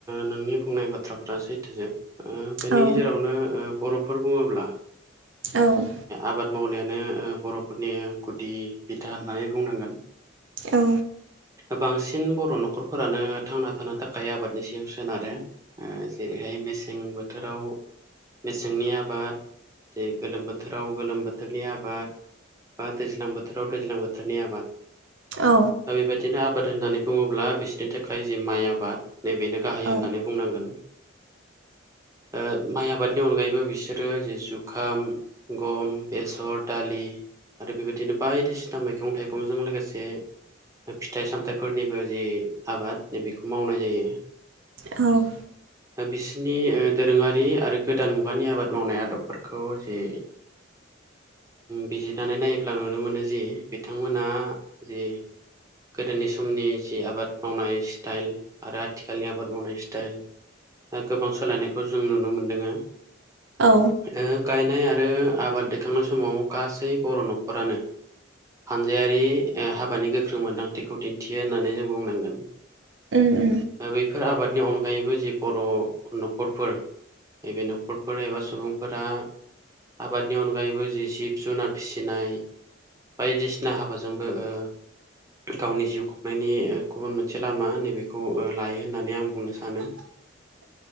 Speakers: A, on the right (about 15°); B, on the right (about 65°).
A: नोंनि बुंनाय बाथ्राफोरा सैथोजोब। ओ बेनि
B: औ
A: गेजेरावनो ओ बर'फोर बुंङोब्ला
B: औ।
A: आबाद मावनायानो ओ बर'फोरनि गुदि बिथा होननानै बुंनांगोन।
B: औ।
A: बांसिन बर' न'खरफोरानो थांना थानो थाखाय आबादनि सायाव सोनारो। जेरैहाय मेसें बोथोराव मेसेंनि आबाद जे गोलोम बोथोराव गोलोम बोथोरनि आबाद बा दैज्लां बोथोराव दैज्लां बोथोरनि आबाद।
B: औ।
A: दा बेबायदिनो आबाद होननानै बुंङोब्ला बिसोरनि थाखाय जि माइ आबाद नैबेनो गाहाय
B: औ
A: होननानै बुंनांगोन। ओ माइ आबादनि अनगायैबो बिसोरो जि जुखाम, गम, बेसर, दालि आरो बेबायदिनो बायदिसिना मैगं थाइगंजों लोगोसे बे फिथाइ सामथाइफोरनिबो जि आबाद बेेखौ मावनाय जायो।
B: औ।
A: ओ बिसिनि ओ दोरोङारि आरो गोदान मुगानि आबाद मावनाय आदबफोरखौ जे
B: <inaudible>
A: बिजिरनानै नायोब्ला नुनो मोनो जि बिथांमोना जि गोदोनि समनि जि आबाद मावनाय स्टाइल आरो आथिखालनि आबाद मावनाय स्टाइल ओ गोबां सोलायनायखौ जों नुनो मोनदोङो।
B: औ
A: ओ गायनाय आरो आबाद दैखांनाय समाव गासै बर' न'खरानो हानजायारि ओ हाबानि गोख्रों मोन्दांथिखौ दिन्थियो होननानै जों बुंनांगोन।
B: उम।
A: ओ बैफोर आबादनि अनगायैबो जि बर' न'खरफोर। नैबे न'खरफोर एबा सुबुंफोरा। आबादनि अनगायैबो जि जिब जुनार फिसिनाय बायदिसिना हाबाजोंबो ओ गावनि जिउ खुंनायनि गुबुन मोनसे लामा नैबेखौ ओ लायो होननानै आं बुंनो सानो।
B: <inaudible>